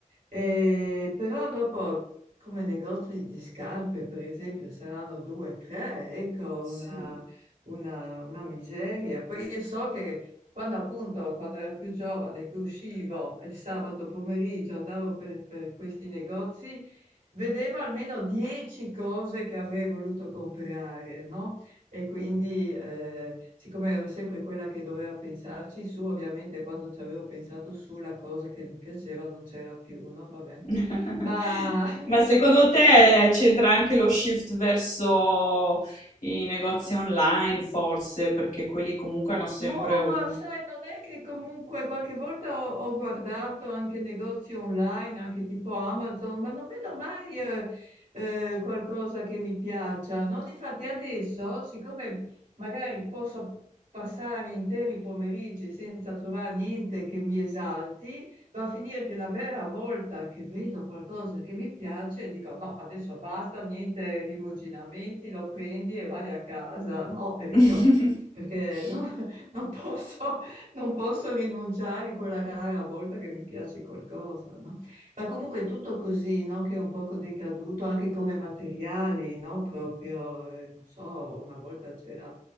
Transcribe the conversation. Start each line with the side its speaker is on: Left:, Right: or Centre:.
Right: Eh, però dopo, come negozi di scarpe, per esempio, saranno due, tre, ecco,
Left: Sì.
Right: una, una una miseria. Poi io so che... Quando appunto, quando ero più giovane, che uscivo il sabato pomeriggio, andavo per, per questi negozi, vedevo almeno 10 cose che avrei voluto comprare, no? E quindi, eh, siccome ero sempre quella che doveva pensarci su, ovviamente quando ci avevo pensato su, la cosa che mi piaceva non c'era più, no? Vabbè.
Left: <laughs>
Right: Ma <laughs>
Left: Ma secondo te
Right: il,
Left: eh, c'entra anche lo shift verso i negozi online, forse, perché quelli comunque hanno sempre
Right: Boh,
Left: un...
Right: ma sai, non è che comunque qualche volta ho, ho guardato anche negozi online, anche tipo Amazon, ma non vedo mai eh, eh, qualcosa che mi piaccia, no? Difatti adesso, siccome magari posso passare interi pomeriggi senza trovare niente che mi esalti, va a finire che la vera volta che vedo qualcosa che mi piace, dico no, adesso basta, niente rimuginamenti, lo prendi e vai a casa, no? Ecco
Left: <laughs>
Right: perché non non posso, non posso rinunciare quella rara volta che mi piace qualcosa, no? Ma comunque è tutto così, no? Che è un poco decaduto anche come materiali, no? Proprio, eh, non so, una volta c'era